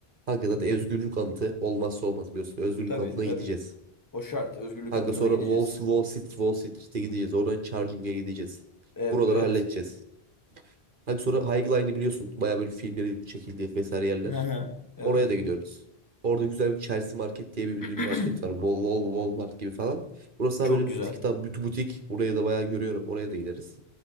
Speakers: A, on the right (about 55°); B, on the left (about 20°).
A: Kanka zaten özgürlük anıtı olmazsa olmaz biliyorsun. Özgürlük
B: Tabii
A: anıtına
B: tabii
A: gideceğiz.
B: o şart özgürlük
A: Kanka
B: anıtına
A: sonra
B: gideceğiz.
A: Wall, Wall Street, Wall Street'e gideceğiz. Oradan Charging'e gideceğiz.
B: Evet.
A: Buraları halledeceğiz. Kanka sonra High Line'i biliyorsun. Baya böyle filmlerin çekildiği vesaire yerler.
B: <laughs> Evet.
A: Oraya da gidiyoruz. Orada güzel bir Chelsea Market diye bir ünlü
B: <clears throat>
A: bir market var. Wall, Wall, Walmart gibi falan. Burası
B: Çok
A: daha böyle
B: güzel
A: bir tık daha butik. Buraya da bayağı görüyorum. Oraya da gideriz.